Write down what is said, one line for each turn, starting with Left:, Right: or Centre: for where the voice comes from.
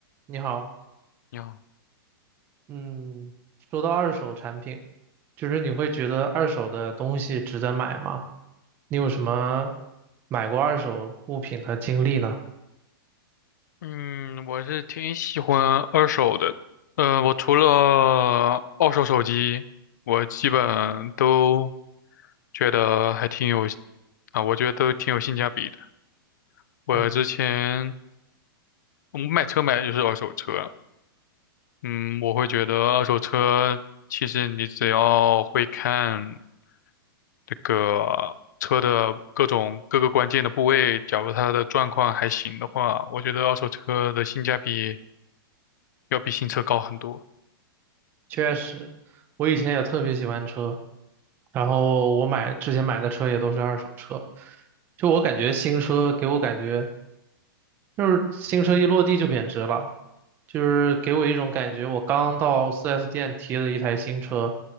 Right: 你好，
Left: 你好，
Right: 嗯，说到二手产品，就是你会觉得二手的东西值得买吗？你有什么买过二手物品的经历呢？
Left: 嗯，我是挺喜欢二手的，呃，我除了二手手机，我基本都觉得还挺有，啊，我觉得都挺有性价比的。我之前
Right: 嗯，
Left: 我买车买的就是二手车，嗯，我会觉得二手车其实你只要会看这个车的各种各个关键的部位，假如它的状况还行的话，我觉得二手车的性价比要比新车高很多。
Right: 确实，我以前也特别喜欢车，然后我买之前买的车也都是二手车，就我感觉新车给我感觉。就是新车一落地就贬值了，就是给我一种感觉，我刚到 4S 店提了一台新车，